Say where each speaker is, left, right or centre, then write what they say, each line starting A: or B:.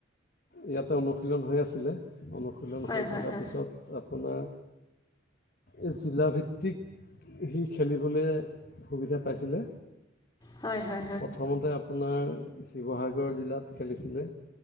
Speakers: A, on the left; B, on the left.
A: ইয়াতে অনুশীলন হৈ আছিলে, অনুশীলন
B: হয়
A: হৈ
B: হয়
A: থকাৰ
B: হয়
A: পিছত আপোনাৰ এই জিলাভিত্তিক সি খেলিবলে সুবিধা পাইছিলে।
B: হয় হয়
A: প্ৰথমতে আপোনাৰ শিৱসাগৰ জিলাত খেলিছিলে‌।